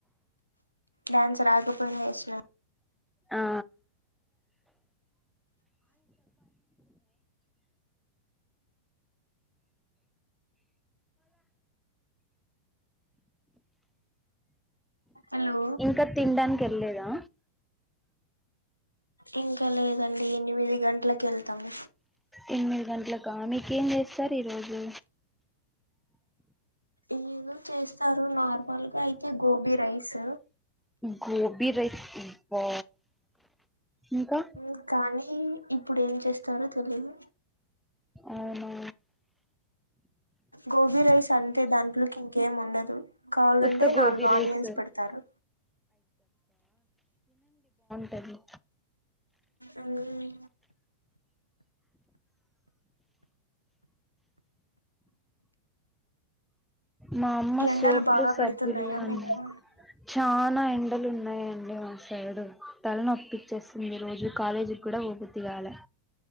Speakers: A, on the right (about 90°); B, in the centre.
A: డ్యాన్స్ రాకపోయినా ఏసినా
B: ఆ
A: హలో
B: ఇంకా తినడానికి ఎళ్లేదా
A: ఇంగ్ తెలిదండి ఎనిమిది గంటలకి ఎళ్తాము
B: ఎనిమిది గంటలకా మి ఏం చేస్తార్ ఈరోజు
A: ఏదో చేస్తారు నార్మల్ గా అయితే గోబీ రైస్
B: గోబి రైస్ అబ్బా ఇంకా
A: ఊ కానీ ఇప్పుడేం చేస్తారో తెలీదు
B: అవునా
A: గోబీ రైస్ అంతే దాంట్లోకి కేం ఉండదు కావాలంటే
B: ఉత్త గోబి
A: నాలుగు
B: రైస్
A: ఆనియన్స్ పెడతారు
B: టది
A: అవును
B: మా అమ్మ
A: ఎండలు
B: సోపులు
A: బాగా
B: సబ్బులు
A: పెడుతున్నాయా
B: అన్ని
A: మీకు
B: చానా ఎండలు ఉన్నాయని వా సైడ్ తల నోప్పించేస్తుంది రోజు కాలేజీక్కూడా పోబుద్ధి కాలే